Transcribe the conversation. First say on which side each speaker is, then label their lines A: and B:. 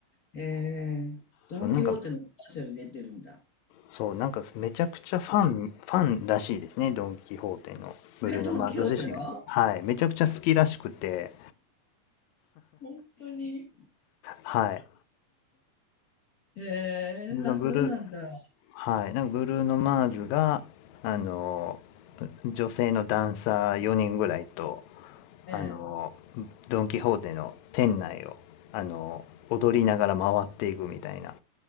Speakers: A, on the left; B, on the left.
A: ええ、ドンキホーテのコマーシャル出てるんだ。
B: そう、なんか、そう、なんかめちゃくちゃファン、ファンらしいですね、ドン・キホーテのブルーノ・
A: え、ドンキホーテの
B: マーズ自身が。はい、めちゃくちゃ好きらしくて、
A: 本当に。
B: はい。
A: ええ、
B: でそのブルー、
A: あ、そうなんだ。
B: はい、なんかブルーノ・マーズが、あの、女性のダンサー4人ぐらいと、
A: ええ。
B: あの、ドン・キホーテの店内を、あの、踊りながら回っていくみたいな。